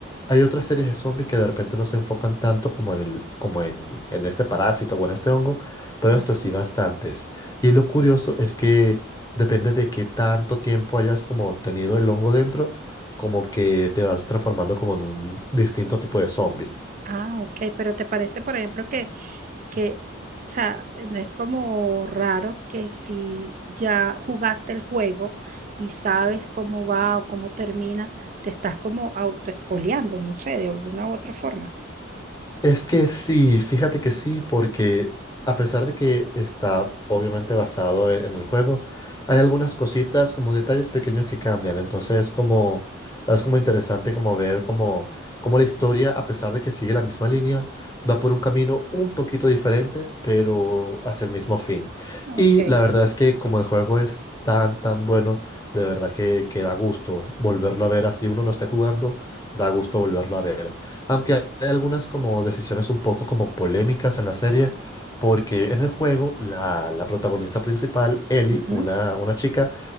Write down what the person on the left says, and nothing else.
hay otras series de zombies que de repente no se enfocan tanto como en el, como en, en este parásito o en este hongo, pero
esto sí bastantes. Y lo curioso es que depende de qué tanto tiempo hayas como tenido el hongo dentro, como que te vas transformando como en un distinto tipo de zombie.
Es que sí, fíjate que sí, porque a pesar de que está obviamente basado en, en el juego, hay algunas cositas como detalles pequeños que cambian. Entonces es como, es como interesante como ver como, como la historia, a pesar de que sigue la misma línea, va por un camino un poquito diferente, pero hacia el mismo fin. Y
la verdad es que como el juego es tan, tan bueno, de verdad que, que da gusto volverlo a ver así uno no esté jugando, da gusto volverlo a ver. Aunque hay algunas como decisiones un poco como polémicas en la serie, porque en el juego la, la protagonista principal, Ellie,
una, una chica,